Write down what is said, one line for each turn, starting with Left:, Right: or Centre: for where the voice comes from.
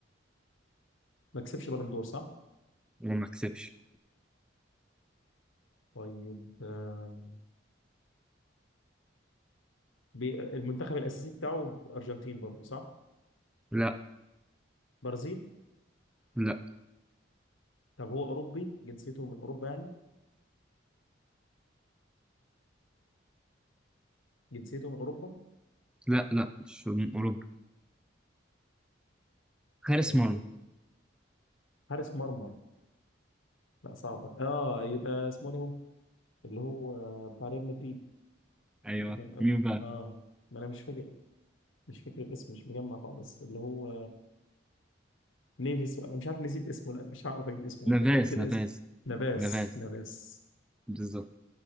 Left: ما كسبش بلندور صح
Centre: وما كسبش
Left: طيب آه. بي... المنتخب الاساسي بتاعه ارجنتين برضه صح
Centre: لا
Left: برازيل
Centre: لا
Left: طب هو اوروبي جنسيته من اوروبا يعني جنسيته من اوروبا
Centre: لا لا مش من اوروبا حارس
Left: طيب
Centre: مرمى
Left: حارس مرمى لا صعبه اه يبقى اسمه ده هو اللي هو آه، بتاع ريال مدريد
Centre: ايوه
Left: اللي كان قبل
Centre: مين بقى
Left: اه ما انا مش فاكر مش فاكر الاسم مش مجمع خالص اللي هو نيفيس انا مش عارف نسيت اسمه لا مش هعرف اجيب اسمه
Centre: نافاس
Left: طب قول لي كده
Centre: نافاس
Left: اسمه نافاس
Centre: نافاس
Left: نافاس
Centre: بالظبط